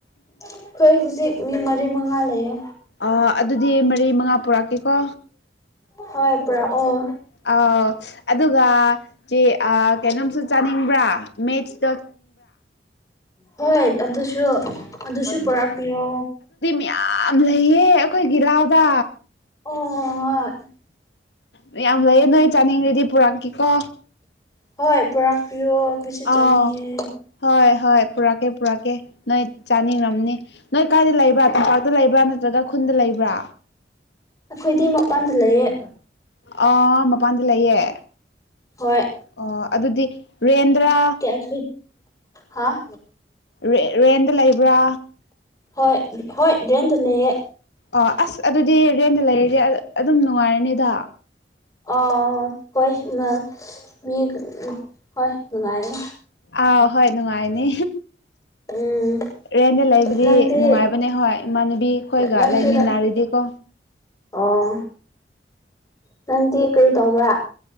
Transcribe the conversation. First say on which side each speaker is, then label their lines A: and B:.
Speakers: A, on the left (about 20°); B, on the left (about 80°).
A: ꯑꯩꯈꯣꯏ ꯍꯧꯖꯤꯛ ꯃꯤ ꯃꯔꯤ ꯃꯉꯥ ꯂꯩꯌꯦ
B: ꯑ ꯑꯗꯨꯗꯤ ꯃꯔꯤ ꯃꯉꯥ ꯄꯨꯔꯛꯀꯦꯀꯣ
A: ꯍꯣꯏ ꯄꯨꯔꯛꯑꯣ
B: ꯑ ꯑꯗꯨꯒ ꯆꯦ ꯑ ꯀꯩꯅꯣꯝꯁꯨ ꯆꯥꯅꯤꯡꯕ꯭ꯔꯥ ꯃꯦꯠꯁ
A: ꯍꯣꯏ ꯑꯗꯨꯁꯨ ꯑꯗꯨꯁꯨ ꯄꯨꯔꯛꯄꯤꯌꯣ
B: ꯌꯥꯝ ꯂꯩꯌꯦ ꯑꯩꯈꯣꯏꯒꯤ ꯂꯥꯎꯗ
A: ꯑꯣ ꯍꯣꯏ
B: ꯃꯌꯥꯝ ꯂꯩꯌꯦ ꯅꯣꯏ ꯆꯥꯅꯤꯡꯉꯥꯗꯤ ꯄꯨꯨꯔꯛꯀꯦꯀꯣ
A: ꯍꯣꯏ ꯄꯨꯔꯛꯄꯤꯌꯣ ꯑꯩꯈꯣꯏꯁꯨ ꯆꯥꯅꯤꯡꯉꯦ
B: ꯑ ꯍꯣꯏ ꯍꯣꯏ ꯄꯨꯔꯛꯀꯦ ꯄꯨꯔꯛꯀꯦ ꯅꯣꯏ ꯆꯥꯅꯤꯡꯉꯝꯅꯤ ꯅꯣꯏ ꯀꯥꯏꯗ ꯂꯩꯕ꯭ꯔꯥ ꯇꯝꯄꯥꯛꯇ ꯂꯩꯕ꯭ꯔꯥ ꯅꯠꯇ꯭ꯔꯒ ꯈꯨꯟꯗ ꯂꯩꯕ꯭ꯔꯥ
A: ꯑꯩꯈꯣꯏꯗꯤ ꯃꯄꯥꯟꯗ ꯂꯩꯌꯦ
B: ꯑ ꯃꯄꯥꯟꯗ ꯂꯩꯌꯦ
A: ꯍꯣꯏ
B: ꯑꯣ ꯑꯗꯨꯗꯤ ꯔꯦꯟꯗ꯭ꯔꯥ
A: <inaudible> ꯍꯥꯥ
B: ꯔꯦ ꯔꯦꯟꯗ ꯂꯩꯕ꯭ꯔꯥ
A: ꯍꯣꯏ ꯍꯣꯏ ꯔꯦꯟꯗ ꯂꯩꯌꯦ
B: ꯑꯣ ꯑꯁ ꯑꯗꯨꯗꯤ ꯔꯦꯟꯗ ꯂꯩꯔꯗꯤ ꯑ ꯑꯗꯨꯝ ꯅꯨꯡꯉꯥꯏꯔꯅꯤꯗ
A: ꯑ ꯍꯣꯏ ꯎ ꯃ ꯃꯤ ꯍꯣꯏ ꯅꯨꯡꯉꯥꯏꯌꯦ
B: ꯑꯥ ꯍꯣꯏ ꯅꯨꯡꯉꯥꯏꯅꯤ
A: ꯎꯝ
B: ꯔꯦꯟꯗ ꯂꯩꯕꯗꯤ
A: ꯅꯪꯗꯤ
B: ꯅꯨꯡꯉꯥꯏꯕꯅꯦ ꯍꯣꯏ ꯏꯃꯥꯟꯅꯕꯤ ꯈꯣꯏꯒ
A: ꯅꯪꯗꯤ
B: ꯂꯩꯃꯤꯟꯅꯔꯗꯤꯀꯣ
A: ꯑꯣ ꯅꯪꯗꯤ ꯀꯔꯤ ꯇꯧꯕ꯭ꯔꯥ